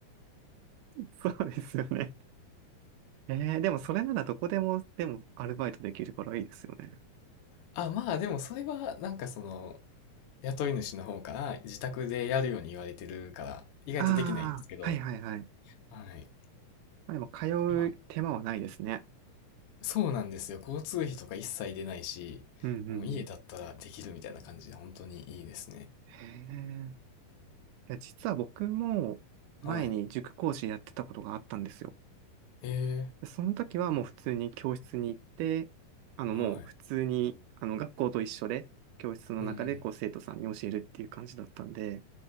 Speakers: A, on the right (about 80°); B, on the left (about 75°).
A: そうですよね。えー、でもそれならどこでも、でもアルバイトできるからいいですよね。
B: あ、まあでもそれはなんかその、雇い主の方から自宅でやるように言われてるから、意外とできないんですけど、
A: ああ、はいはいはい。
B: はい。
A: まあ、でも通
B: まあ
A: う手間はないですね。
B: そうなんですよ。交通費とか一切出ないし、
A: うんうんうん。
B: もう家だったらできるみたいな感じで、本当にいいですね。
A: へえ。いや、実は僕も前に塾講師やってたことがあったんですよ。
B: はい。ええ
A: でその時はもう普通に教室に行って、あのもう普通にあの学校と一緒で、
B: はい。
A: 教室の中でこう生徒さんに教えるっていう感じだったんで、
B: うんうん。